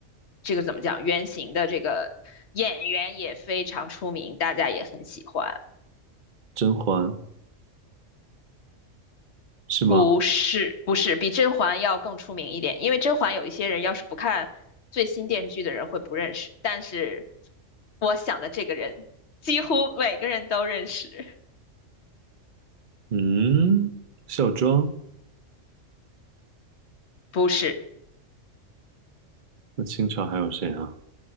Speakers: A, on the left; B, on the right.
A: 这个怎么讲原型的这个演员也非常出名，大家也很喜欢。
B: 甄嬛是吗？
A: 不是不是，比甄嬛要更出名一点，因为甄嬛有一些人要是不看最新电视剧的人会不认识，但是我想的这个人几乎每个人都认识，
B: 嗯，孝庄，
A: 不是。
B: 那清朝还有谁啊？